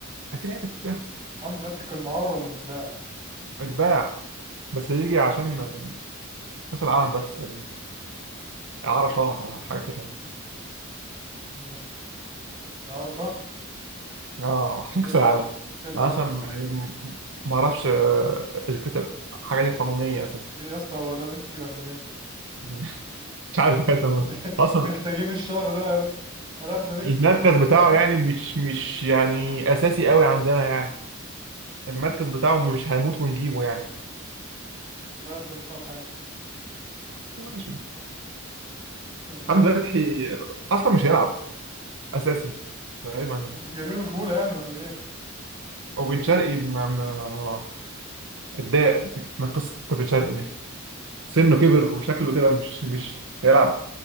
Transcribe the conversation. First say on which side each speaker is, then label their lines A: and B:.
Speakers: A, on the right (about 65°); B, on the right (about 25°).
A: في لعيبه كتير
B: محمد فتحي كان معار ولا متباع
A: اتباع بس هيجي عشان كأس العالم بس تقريبا إعارة شهر حاجة كده
B: مم. اعاره شهر
A: اه عشان
B: ايه
A: كأس
B: الاعاره
A: العالم
B: ايه الاعاره
A: أنا أصلا
B: شهر
A: يعني ما أعرفش آه، إذا كانت الحاجة دي قانونية أساسا
B: ليه يا اسطى هو ده ميسي ولا ايه
A: <laughs> مش
B: يعني
A: عارف كانت
B: <laughs>
A: ولا لا. أصلا
B: محتاجين الشهر ده هناخده نكسب
A: المركز
B: فيه
A: بتاعه
B: بقى تاني
A: يعني مش مش يعني أساسي قوي عندنا يعني المركز بتاعه مش هنموت ونجيبه يعني
B: والله يا ابني ما فاهم حاجه
A: ماشي
B: قضينا
A: حمدي فتحي أصلا مش هيلعب أساسي تقريبا يعني
B: جايبينه رجوله يعني ولا ايه
A: وبن شرقي ما ما- اتضايق من قصة بن شرقي دي سنه كبر وشكله كده مش مش هيلعب